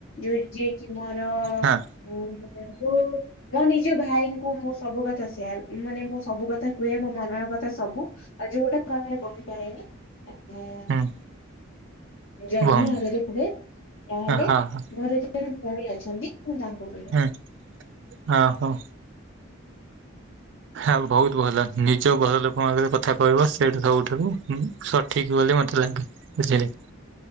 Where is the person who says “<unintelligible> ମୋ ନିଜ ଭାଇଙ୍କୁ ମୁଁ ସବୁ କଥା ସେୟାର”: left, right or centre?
Left